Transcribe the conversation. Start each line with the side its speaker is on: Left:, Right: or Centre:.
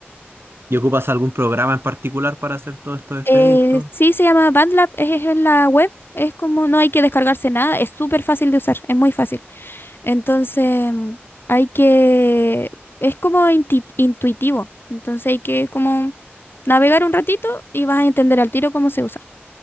Right: ¿Y ocupas algún programa en particular para hacer todos estos efectos?
Left: Eh, sí, se llama BandLab, es es en la web, es como no hay que descargarse nada, es súper fácil de usar, es muy fácil. Entonces, mm, hay que, es como inti- intuitivo, entonces hay que como navegar un ratito y vas a entender al tiro cómo se usa.